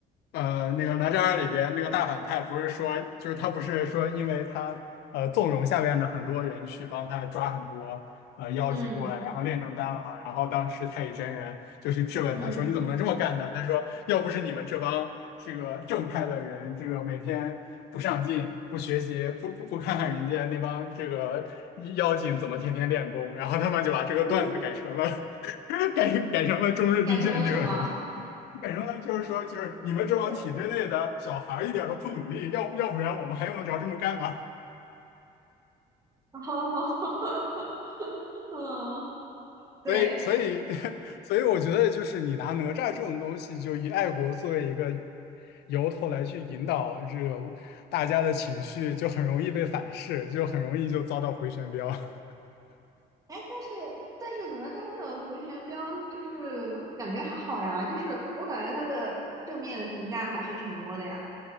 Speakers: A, on the left; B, on the right.
A: 呃那个哪吒二里边那个大反派，不是说就是他不是说因为他呃纵容下面的很多人去帮他抓很多。呃妖精过来，
B: 嗯
A: 然后炼成丹了。嘛？然后当时太乙真人就去质问他说：
B: 嗯，
A: “你怎么能这么干呢？”他说：“要不是你们这帮这个正派的人，这个每天不上进、不学习、不不不看看人家那帮这个妖精怎么天天练功，然后他们就把这个段子改成了
B: <laughs> 嗯，
A: <laughs> 改改成了中日地震这个是吧？
B: 改成了什么？
A: 改成了就是说，就是你们这帮体制内的小孩儿一点儿都不努力，
B: 对，
A: 要要不然我们还用得着这么干吗？”
B: <laughs> 好好好，嗯，对，
A: 所以，所以，<laughs> 所以，我觉得就是你拿哪吒这种东西，就以爱国作为一个由头来去引导这个大家的情绪，就很容易被反噬，就很容易就遭到回旋镖。<laughs>
B: 哎，但是但是哪吒的回旋镖就是感觉还好呀，就是我感觉他的正面的评价还是挺多的呀。